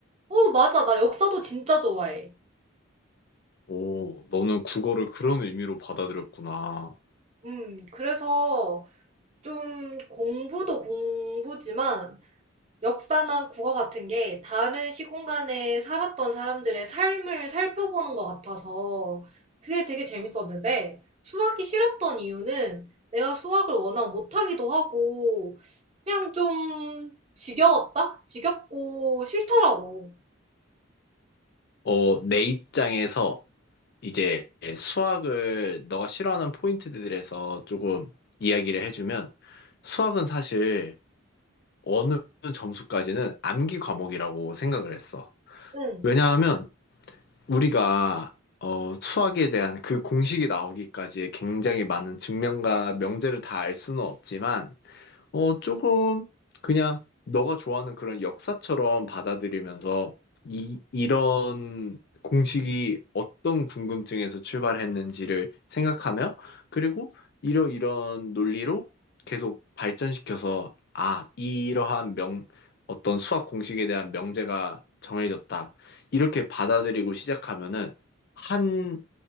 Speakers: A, on the right; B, on the left.
A: 어, 맞아. 나 역사도 진짜 좋아해.
B: 오, 너는 국어를 그런 의미로 받아들였구나.
A: 음, 그래서 좀 공부도 공부지만 역사나 국어 같은 게 다른 시공간에 살았던 사람들의 삶을 살펴보는 것 같아서 그게 되게 재밌었는데 수학이 싫었던 이유는 내가 수학을 워낙 못하기도 하고 그냥 좀 지겨웠다? 지겹고 싫더라고.
B: 어, 내 입장에서 이제 수학을 너가 싫어하는 포인트들에서 조금 이야기를 해주면, 수학은 사실 어느 점수까지는 암기 과목이라고 생각을 했어.
A: 응.
B: 왜냐하면, 우리가 어, 수학에 대한 그 공식이 나오기까지의 굉장히 많은 증명과 명제를 다 알 수는 없지만 어, 조금 그냥 너가 좋아하는 그런 역사처럼 받아들이면서 이, 이런 공식이 어떤 궁금증에서 출발했는지를 생각하며 그리고 이러이런 논리로 계속 발전시켜서 아, 이러한 명, 어떤 수학 공식에 대한 명제가 정해졌다. 이렇게 받아들이고 시작하면은 한